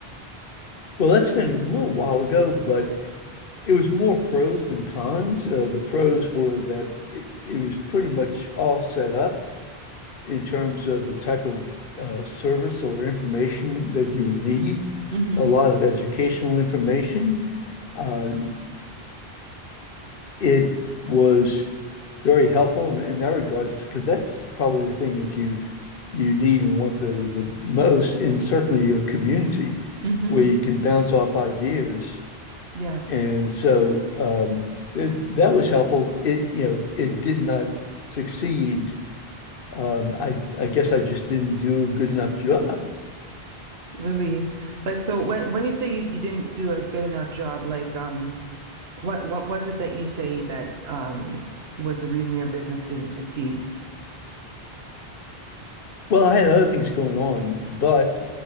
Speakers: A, on the left; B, on the right.
A: Well, that's been a little while ago, but it was more pros than cons. Uh, the pros were that it, it was pretty much all set up in terms of the type of uh, service or information that you would need,
B: Mm-hmm.
A: a lot of educational information. Uh, it was very helpful in, in that regard because that's probably the thing that you you need and want the, the most in certainly your community
B: Mm-hmm.
A: where you can bounce off ideas
B: Yeah.
A: And so um, th that was helpful. It, you know, it did not succeed. Um, I, I guess I just didn't do a good enough job.
B: Really? Like so when when you say you, you didn't do a good enough job, like um what what was it that you say that um was the reason your business didn't succeed?
A: Well, I had other things going on, but